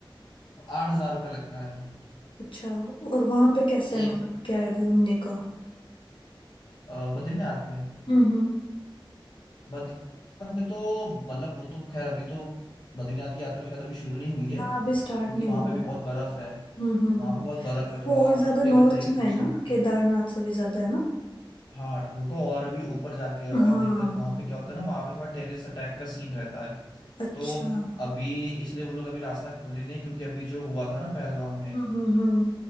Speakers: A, on the left (about 50°); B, on the left (about 70°).
A: आठ हजार रुपये लगता है
B: अच्छा और वहां पे कैसा है मतलब
A: एक
B: क्या है घूमने का
A: अ, बद्रीनाथ में
B: हम्म हम्म
A: बद्रीनाथ में तो मतलब वो तो खैर अभी तो बद्रीनाथ की यात्रा शायद अभी शुरू नहीं हुई है
B: हाँ अभी स्टार्ट
A: क्योंकि
B: नहीं
A: वहां पे
B: हुई
A: अभी
B: है।
A: बहुत बर्फ है
B: हम्म हम्म
A: वहां
B: हम्म।
A: पे बहुत बर्फ है थोड़ा
B: वो और
A: और
B: ज्यादा
A: बर्फ पिघल
B: नॉर्थ
A: जाएगी
B: में
A: तब
B: है ना
A: स्टार्ट होगी
B: केदारनाथ से भी ज्यादा है ना
A: हाँ वो तो और भी ऊपर जाके है
B: हाँ
A: और दिक्कत वहां पे क्या होता है ना वहां पे थोड़ा टेररिस्ट अटैक का सीन रहता है
B: अच्छा
A: तो अभी इसलिए वो लोग अभी रास्ता खोले नहीं क्योंकि अभी जो हुआ था ना पहलगाम में
B: हम्म हम्म